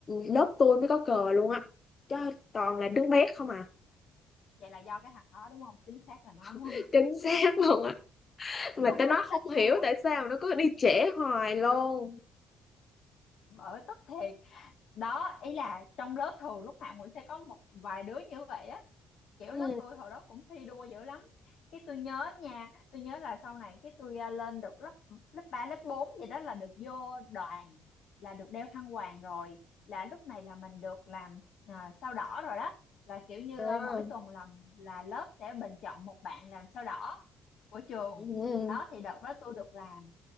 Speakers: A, on the left; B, on the left.
A: lớp tôi mới có cờ luôn á chứ toàn là đứa bé không à
B: vậy là do cái thằng đó đúng không chính xác là nó
A: <laughs>
B: đúng không
A: chính xác luôn á mà tao nói
B: <laughs>
A: không hiểu tại sao nó cứ đi trễ hoài luôn
B: bởi tức thiệt đó ý là trong lớp thường lúc nào cũng sẽ có một vài đứa như vậy á kiểu
A: ừ
B: lớp tôi hồi đó cũng thi đua dữ lắm cái tôi nhớ nha tôi nhớ là sau này cái tôi à, lên được lớp lớp ba lớp 4 gì đó là được vô đoàn là được đeo khăn quàng rồi là lúc này là mình được làm à, sao đỏ rồi đó là kiểu như
A: à,
B: à, mỗi tuần làm là lớp sẽ bình chọn một bạn làm sao đỏ của trường
A: ừ.
B: đó thì đợt đó tôi được làm